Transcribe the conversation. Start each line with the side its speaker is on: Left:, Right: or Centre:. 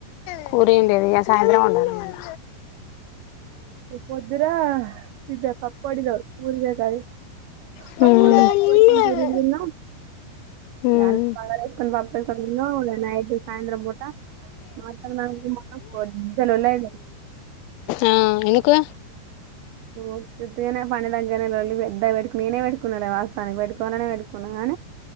Left: కూర ఏం లేదు ఇగ. సాయంత్రం వండాలి ఇగ.
Right: ఇగ పొద్దున గింత పప్పు ఒండిన పూరీలకి అని.
Left: హ్మ్
Right: పప్పు ఒండితే పప్పు పోసుకొని పూరీలు తిన్న.
Left: హ్మ్
Right: ఇగ బాగారా వెస్కొని పప్పు ఏస్కోని తిన్న నైట్ సాయంత్రం పూట. <inaudible> పెద్ద లోలైయింది.
Left: ఆహ్ ఎందుకు.
Right: ఉత్తుతిగానే పని దగ్గర లోల్లి పెద్దగా పెట్టు నేనే పెట్టుకున్నాలే వాస్తవానికి పెట్టుకొవలనే పెట్టుకున్నాగాని.